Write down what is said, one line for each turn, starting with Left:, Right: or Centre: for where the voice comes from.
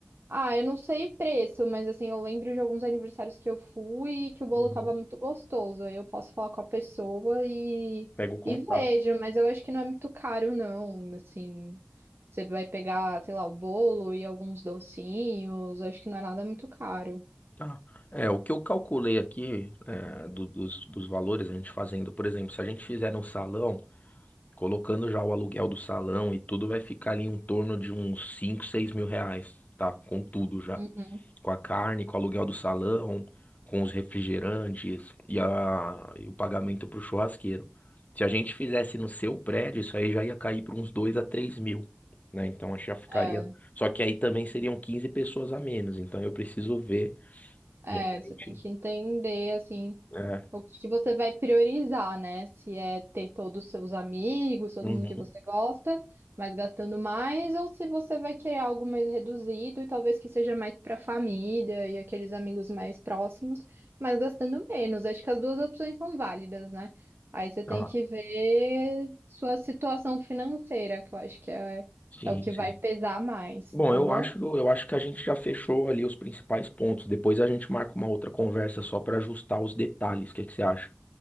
Right: Ah, eu não sei preço, mas assim, eu lembro de alguns aniversários que eu fui e que o bolo
Left: Uhum.
Right: tava muito gostoso. Aí eu posso falar com a pessoa e,
Left: Pega o contato.
Right: e vejo, mas eu acho que não é muito caro, não. Assim, você vai pegar, sei lá, o bolo e alguns docinhos, acho que não é nada muito caro.
Left: Tá. É, o que eu calculei aqui é, do- dos, dos valores, a gente fazendo, por exemplo, se a gente fizer no salão. Colocando já o aluguel do salão e tudo, vai ficar ali em torno de uns 5, 6 mil reais, tá? Com tudo já.
Right: Uhum.
Left: Com a carne, com o aluguel do salão, com os refrigerantes e, a, e o pagamento pro churrasqueiro. Se a gente fizesse no seu prédio, isso aí já ia cair para uns 2 a 3 mil, né? Então acho que já ficaria.
Right: É,
Left: Só que aí também seriam 15 pessoas a menos, então eu preciso ver
Right: é,
Left: realmente.
Right: você tem que entender, assim.
Left: É.
Right: O que que você vai priorizar, né? Se é ter todos os seus amigos, todo
Left: Uhum.
Right: mundo que você gosta, mas gastando mais, ou se você vai querer algo mais reduzido e talvez que seja mais para a família e aqueles amigos mais próximos, mas gastando menos. Acho que as duas opções são válidas, né? Aí você tem
Left: Ah,
Right: que ver sua situação financeira, que eu acho que é,
Left: sim,
Right: é o que
Left: sim.
Right: vai pesar mais,
Left: Bom,
Right: tá
Left: eu
Right: bom?
Left: acho, eu acho que a gente já fechou ali os principais pontos. Depois a gente marca uma outra conversa só para ajustar os detalhes. O que que você acha?